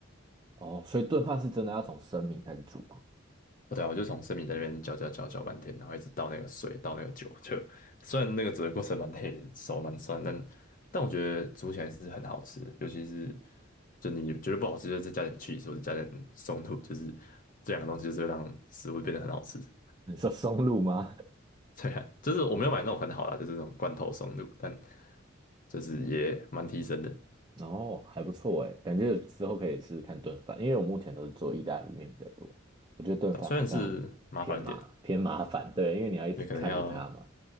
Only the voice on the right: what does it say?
哦，所以炖饭是真的要从生米开始煮吗？
<laughs> 你说松露吗？
<laughs>
哦，还不错哎，感觉之后可以试试看炖饭，因为我目前都是做意大利面比较多，我觉得炖饭好像偏麻偏麻烦，
对，因为你要一直看着它嘛，